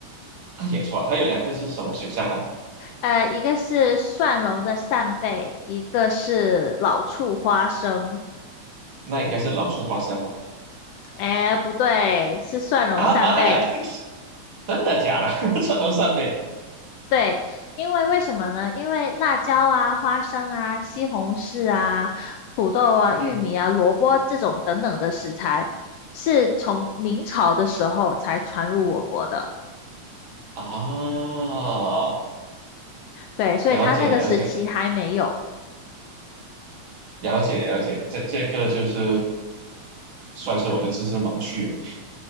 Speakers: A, on the right; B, on the left.
A: 啊，也错了，还有两个是什么选项啊？
B: 呃，一个是蒜蓉的扇贝，一个是老醋花生。
A: 那应该是老醋花生吧？
B: 哎，不对，是蒜蓉扇贝。
A: 啊妈呀，这是真的假的？<laughs> 这都算呗？
B: 对，因为为什么呢？因为辣椒啊、花生啊、西红柿啊、土豆啊、玉米啊、
A: 嗯
B: 萝卜这种等等的食材，是从明朝的时候才传入我国的。
A: 啊，
B: 对，所以它那个时期还没有。
A: 了解了解了解了解，这这个就是算是我的知识盲区了。